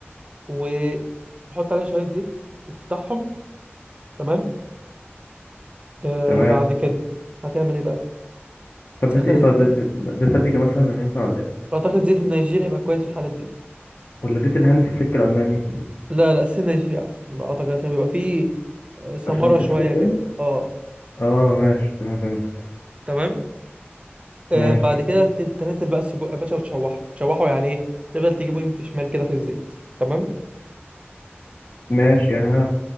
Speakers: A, on the right (about 25°); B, on the left (about 60°).
A: وتحط عليها شويه زيت وتفتحهم تمام آه،
B: تمام
A: بعد كده هتعمل ايه بقى
B: طب
A: تسخن
B: زيت ايه طب
A: الزيت
B: زيت إيه؟ زيت فاتيكا مثلا ينفع ولا ايه
A: اعتقد زيت النيجيري هيبقى كويس في الحالات دي
B: ولا زيت الهانز فليك الالماني
A: لا لا الزيت النيجيري احسن بقى، اعتقد عشان بيبقى فيه آه، ثمره
B: عشان اسود
A: شويه كده
B: يعني
A: اه
B: اه ماشي تمام فهمتك
A: تمام
B: ماشي
A: آه بعد كده ت- تنزل بقى السجق يا باشا وتشوحه تشوحه يعني ايه تفضل تجيبه يمين في شمال كده في الزيت تمام
B: ماشي يعني انا